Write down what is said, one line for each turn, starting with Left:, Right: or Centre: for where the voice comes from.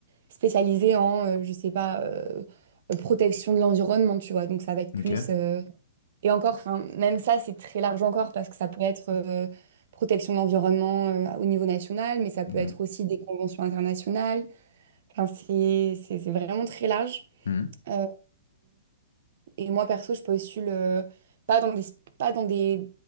Right: spécialisé en, euh, je sais pas, euh, protection de l'environnement, tu vois. Donc ça va être plus.
Left: Ok.
Right: euh, et encore, enfin, même ça, c'est très large encore parce que ça peut être euh, protection de l'environnement euh, au niveau national, mais ça peut
Left: Mm.
Right: être aussi des conventions internationales. Enfin, c'est, c'est, c'est vraiment très large.
Left: Mm.
Right: Euh, et moi, perso, je postule euh, pas dans des, pas dans des,